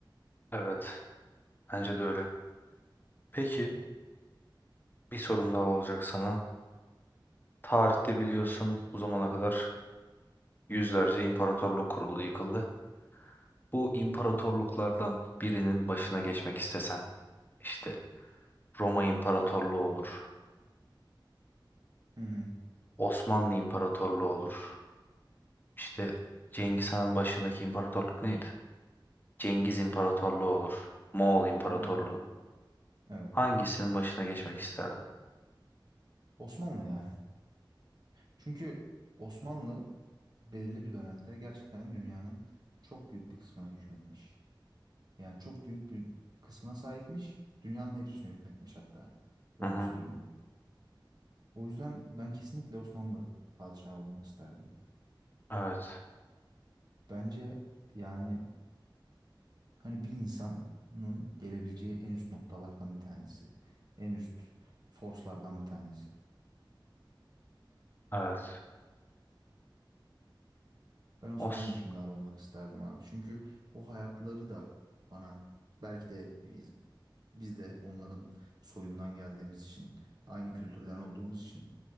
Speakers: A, on the left; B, on the right.
A: Evet, bence de öyle. Peki bir sorum daha olacak sana. Tarihte biliyorsun bu zamana kadar yüzlerce imparatorluk kuruldu, yıkıldı. Bu imparatorluklardan birinin başına geçmek istesen, işte Roma İmparatorluğu olur,
B: Hı hı.
A: Osmanlı İmparatorluğu olur. İşte Cengiz Han'ın başındaki imparatorluk neydi? Cengiz İmparatorluğu olur. Moğol İmparatorluğu.
B: hı hı, Evet.
A: Hangisinin başına geçmek isterdin?
B: Osmanlı ya. Çünkü Osmanlı belirli bir dönemde gerçekten dünyanın çok büyük bir kısmına hükmetmiş. Yani çok büyük bir kısmına sahipmiş. Dünyanın hepsine hükmetmiş hatta. Böyle
A: Hı hı.
B: söyleyeyim. O yüzden ben kesinlikle Osmanlı padişahı olmak isterdim.
A: Evet.
B: Bence yani hani bir insanın gelebileceği en üst noktalardan bir tanesi. En üst forslardan bir tanesi.
A: Evet.
B: Ben Osmanlı
A: Os.
B: hükümdarı olmak isterdim abi. Çünkü o hayatları da bana belki de biz, biz de onların soyundan geldiğimiz için aynı kültürden olduğumuz için